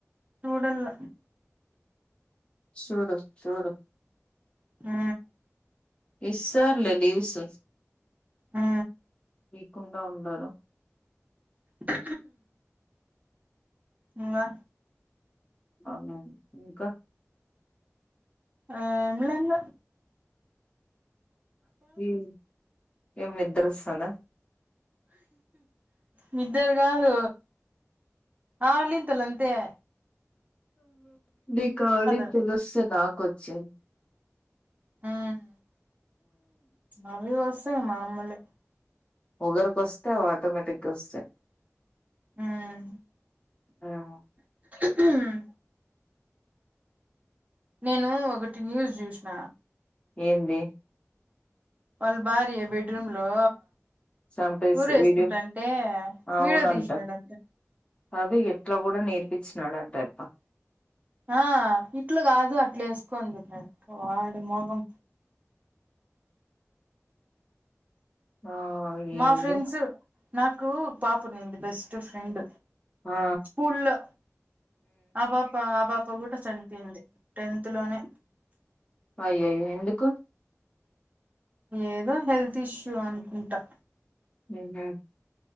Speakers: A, on the right; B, on the left.
A: చూడాల్ల
B: చూడు చూడు
A: ఆ
B: ఇస్తార్లే లీవ్స్
A: హా
B: యికుండా ఉండరు
A: హ ఇంగా
B: అవునా, ఇంక
A: ఏం లేంగ
B: ఏమి ఏం నిద్దరోస్తాంద
A: నిద్దర గాదు ఆవలింతలంతే
B: నీకావలింతలొస్తే
A: అది
B: నాకొచ్చిన్ది.
A: ఉమ్ అవి వస్తయ్ మాములే
B: ఒగరికొస్తే అవ్వటోమేటిక్గస్తయి.
A: ఉమ్
B: ఉమ్
A: హ్మ్ నేను ఒకటి న్యూస్ జూసిన
B: ఏంది
A: వాళ్ళ భార్య బబెడ్ రూమ్ లో
B: చంపేసి
A: ఊరేసుకుంటాంటే
B: వీడియో అవునంట
A: వీడియో తీసినాడంట
B: అది ఎట్ అట్ల గూడ నేర్పిచ్చినాడంట ఆయబ్బ
A: ఆ ఇట్ల గాదు అట్లేసుకో అని చెప్పినాడంట వాడి మోగం
B: ఆ
A: మా
B: ఏందో
A: ఫ్రెండ్స్ నాకూ పాపనుంది బెస్ట్ ఫ్రెండ్
B: ఆ
A: స్కూళ్లో ఆ పాప ఆ పాప గూడ చనిపోయింది టెన్త్ లోనే
B: అయ్యయ్యో ఎందుకు
A: ఏదో హెల్త్ ఇష్యూ అనుకుంటా
B: ఉమ్ హ్